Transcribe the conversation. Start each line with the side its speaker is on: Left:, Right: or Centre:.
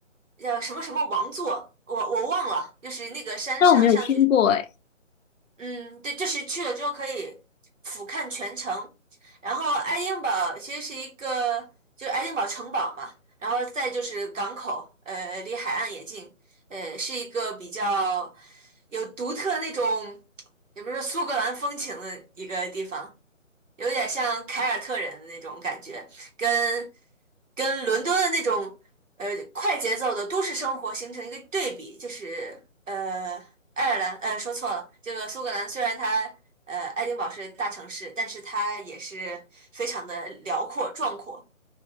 Right: 叫什么什么王座，我我忘了，就是那个山上上去
Left: 那我没有听过诶。
Right: 嗯，对，就是去了之后可以俯瞰全城。然后爱丁堡其实是一个，就是爱丁堡城堡嘛，然后再就是港口，呃，离海岸也近，呃，是一个比较有独特那种，也不是苏格兰风情的一个地方。有点像凯尔特人的那种感觉，跟跟伦敦的那种呃快节奏的都市生活形成一个对比，就是呃爱尔兰呃说错了，这个苏格兰虽然它呃爱丁堡是大城市，但是它也是非常的辽阔壮阔，